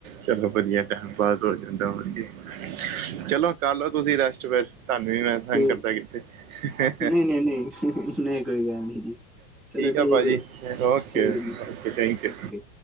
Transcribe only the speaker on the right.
ਚਲੋ ਵਧੀਆ ਟੈਮ ਪਾਸ ਹੋ ਜਾਂਦਾ ਹੋਰ ਕੀ। ਚਲੋ ਕਰ ਲੋ ਤੁਸੀਂ ਰੈਸਟ ਫੇਰ ਤੁਹਾਨੂੰ ਵੀ ਮੈਂ ਤੰਗ
ਕਰਦਾ ਕਿੱਥੇ।
ਆ ਭਾਜੀ
ਓਕੇ
ਓਕੇ
ਥੈਂਕ ਯੂ